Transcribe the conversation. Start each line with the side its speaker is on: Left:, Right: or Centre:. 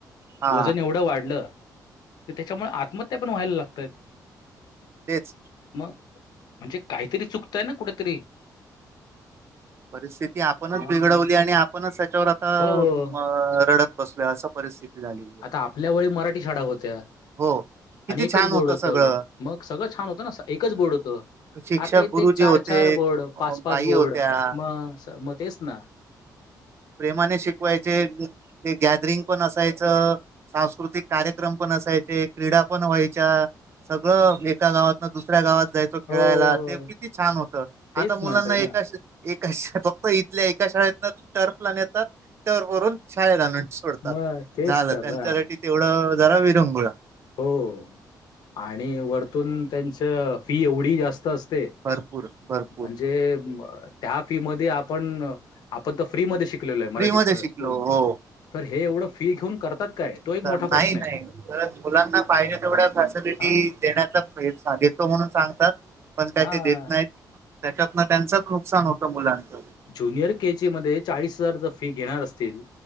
Right: हा
Left: वजन एवढं वाढलं की, त्याच्यामुळे आत्महत्या पण व्हायला लागतय.
Right: तेच
Left: मग म्हणजे काहीतरी चुकतय ना कुठेतरी
Right: परिस्थिती आपणच
Left: मग
Right: बिघडवली आणि आपणच त्याच्यावर आता
Left: हो.
Right: रडत बसलोय असं परिस्थिती झाली.
Left: आता आपल्या वळी मराठी शाडा होत्या.
Right: हो किती
Left: आणि एकच
Right: छान
Left: बोर्ड
Right: होतं
Left: होत
Right: सगळं
Left: मग सगळं छान होतं ना एकच बोर्ड होत
Right: शिक्षक
Left: आता
Right: गुरु
Left: ते चार
Right: जे होते
Left: चार बोर्ड पाच पाच
Right: बाई
Left: बोर्ड
Right: होत्या
Left: मग मग तेच ना
Right: प्रेमाने शिकवायचे, ते गॅदरिंग पण असायचं. सांस्कृतिक कार्यक्रम पण असायचे, क्रीडा पण व्हायच्या. सगळं एका गावात ना दुसऱ्या गावात जायचं. खेळायला
Left: हो
Right: ते किती छान होतं
Left: तेच
Right: आता मुलांना
Left: म्हणतोय
Right: एका
Left: ना
Right: एका इथल्या एका शाळेतन टर्फलाून येतात र करून शाळेला आण सोडतात
Left: मग तेच
Right: झालं
Left: तर
Right: त्यांच्यासाठी
Left: ना
Right: तेवढं जरा विरंगुळा..
Left: हो आणि वरतून त्यांच फी एवढी जास्त असते.
Right: भरपूर भरपूर
Left: म्हणजे त्या फी मध्ये आपण आपण तर फ्री मध्ये शिक शले मराठी
Right: फ्री मध्ये
Left: स्कूल
Right: शिकलो
Left: म
Right: हो
Left: तर हे एवढं फी घेऊन करतात काय? तो एक मोठा
Right: तर नाही
Left: प्रश्न
Right: नाही तर मुलांना पाहिजे तेवढ्या फॅसिलिटी
Left: आहे हा
Right: देण्यात घेतो म्हणून सांगतात पण काय
Left: हा
Right: ते देत नाहीत. त्याच्यातन त्यांचंच नुकसान होतं मुलांच
Left: ज्युनियर के जी मध्ये चाळीस हजार जर फी घेणार असतील